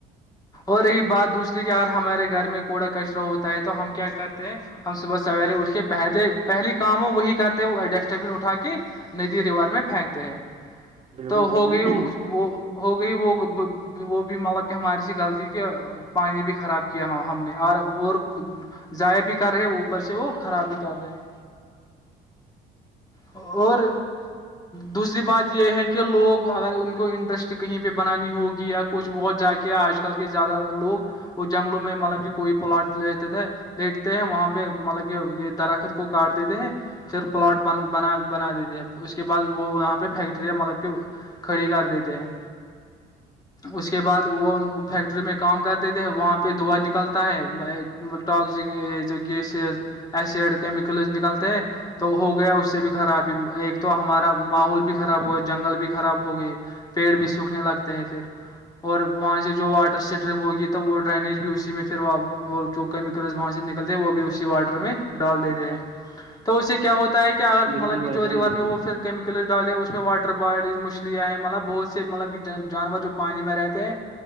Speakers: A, on the left; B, on the right.
A: اور یہی بات دوسری کہ اگر ہمارے گھر میں کوڑا کچرا ہوتا ہے تو ہم کیا کرتے ہیں ہم صبح سویرے اٹھ کے پہلے پہلی کام ہو وہی کرتے ہو ڈسٹ بین اٹھا کے ندی ریور میں پھینکتے ہیں
B: بالکل
A: تو
B: بھائی
A: ہو
B: جان
A: گئی وہ ہو گئی وہ وہ بھی مطلب کہ ہماری سی غلطی کہ پانی بھی خراب کیا ہو ہم نے اور اور ضائع بھی کیا کر رہے اوپر سے وہ خرابی کر رہے ہیں اور دوسری بات یہ ہیں کہ لوگ اگر ان کو انٹرسٹ کہیں پہ بنانی ہوگی یا کچھ بہت جا کے کہ آج کل کے زیادہ لوگ وہ جنگلوں میں مطلب کہ کوئی پلاٹ لیتے تھے لیٹتے ہیں وہاں پہ مطلب کہ یہ درخت کو کاٹ دیتے ہیں پھر پلاٹ بند بنا بنا دیتے ہیں اس کے بعد وہاں پہ فیکٹریاں مطلب کہ کھڑی کر دیتے ہیں اس کے بعد وہ فیکٹری میں کام کرتے دیتے ہیں وہاں پہ دوا نکلتا ہے ٹاکسک جو گیسز ایسڈ کیمیکلز نکلتے تو ہو گیا اس بھی خرابی ایک تو ہمارا ماحول بھی خراب ہو گا جنگل بھی خراب ہو گئے پیڑ بھی سوکھنے لگتے ہیں پھر اور وہاں سے جو واٹر اسٹریم ہوگی تو وہ ڈرینیج بھی اسی میں پھر وہ جو کیمیکلز وہاں سے نکلتے ہیں وہ بھی اسی واٹر میں ڈال دیتے ہیں تو اس سے کیا ہوتا ہے کہ اگر مطلب
B: بالکل بھائی
A: کہ جو
B: جان
A: ریور
B: بالکل
A: میں وہ پھر کیمیکلس ڈالے اس میں واٹر باڈیز مچھلیاں ہیں مطلب بہت سے مطلب کہ جانور جو پانی میں رہتے ہیں